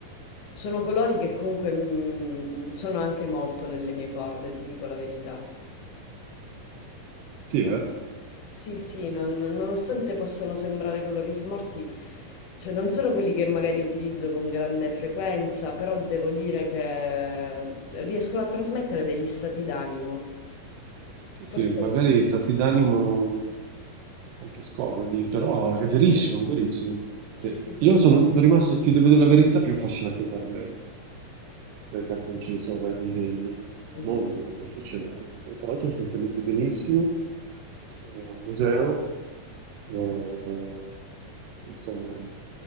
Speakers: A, on the left; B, on the right.
A: sono colori che comunque mm, sono anche molto nelle mie corde, ti dico la verità.
B: Sì, eh?
A: Sì, sì, non- nonostante possano sembrare colori smorti, cioè non sono quelli che magari utilizzo con grande frequenza, però devo dire che riescono a trasmettere degli stati d'animo.
B: Sì, sì,
A: Forse
B: magari stati d'animo anche scomodi, però è
A: sì,
B: verissimo, è verissimo.
A: sì,
B: Sì.
A: sì, sì.
B: Io sono rimasto, ti devo dire la verità, più affascinato dalle, dai carboncini, insomma, dai disegni.
A: Mhm.
B: Molto, molto affascinante. Tra l'altro sono tenuti benissimo, eh, al museo, eh, insomma,